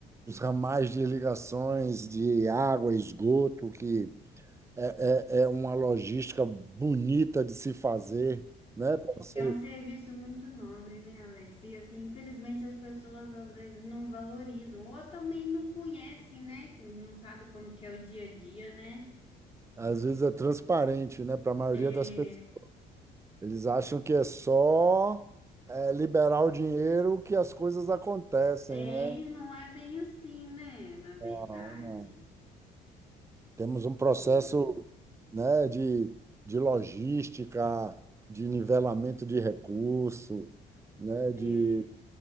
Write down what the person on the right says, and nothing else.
os ramais de ligações de água e esgoto, que é, é, é uma logística bonita de se fazer, né? Para você,
às vezes é transparente, né? Para a maioria
das pessoas. Eles acham que é só é, liberar o dinheiro que as coisas acontecem,
né?
Não, não. Temos um processo,
né, de, de logística, de nivelamento de recurso, né,
de,